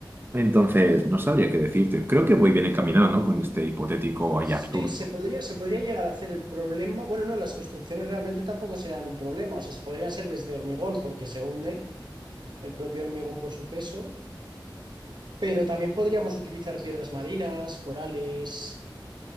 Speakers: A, on the right; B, on the right.
A: Entonces, no sabría qué decirte. Creo que voy bien encaminado, ¿no? Con este hipotético allá
B: Sí,
A: turno.
B: se podría, se podría llegar a hacer el problema. Bueno, no, las construcciones realmente tampoco serán un problema. O sea, se podrían ser desde hormigón porque se hunde el propio hormigón por su peso, pero también podríamos utilizar piedras marinas, corales,